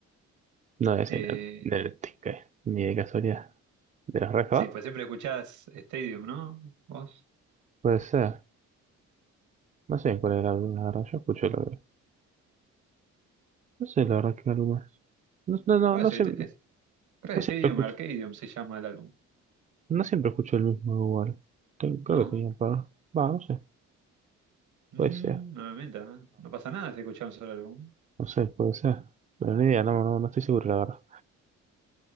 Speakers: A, on the right; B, on the right.
A: No es
B: Eh,
A: en el, en el tique, ni de casualidad. ¿De los Red Hot?
B: sí, pues siempre escuchás Stadium, ¿no? ¿Vos?
A: Puede ser. No sé en cuál era el álbum, la verdad. Yo escucho la verdad. No sé la verdad qué álbum es. No, no, no,
B: Bueno,
A: no,
B: es-
A: sé- no
B: es- creo que
A: siempre
B: Stadium
A: escucho.
B: Arcadium se llama el álbum,
A: No siempre escucho el mismo igual. Ten- Creo
B: ¿no?
A: que tenía un par. Va, no sé.
B: Mm,
A: Puede ser.
B: no me mientas, ¿eh? No pasa nada si escuchás un solo álbum.
A: No sé, puede ser. Pero ni idea, no, no, no estoy seguro, la verdad.